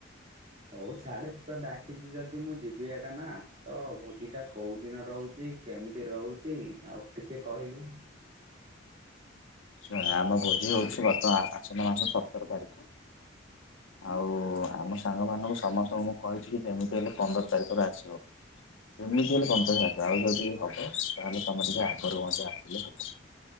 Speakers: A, on the right; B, on the left.
A: ହଉ ଛାଡ଼େ ତୁ ତ ଡାକିଚୁ ଯଦି ମୁଁ ଯିବି ଏକା ନା ତ ଭୋଜିଟା କୋଉ ଦିନ ରହୁ ବି କେମିତି ରହୁଚି ଆଉ ଟିକେ କହିଲୁ।
B: ଶୁଣେ ଆମ ଭୋଜି ହୋଉଛି ବର୍ତ୍ତମା ଆଶ୍ୱିନ ମାସ ସତର ତାରି ଆଉ ଆମ ସାଙ୍ଗମାନଙ୍କୁ ସମସ୍ତଙ୍କୁ ମୁଁ କହିଛି କି ଯେମିତି ହେଲେ ପନ୍ଦର ତାରିଖରେ ଆସିବ। ଫେମଲିକୁ ହେଲେ କଁ କହିଆ? ତ ଆଉ ଯଦି ହବ ତାହେଲେ ତମେ ଟିକେ ଆଗରୁ ମଧ୍ୟ ଆସିଲେ ହେବ।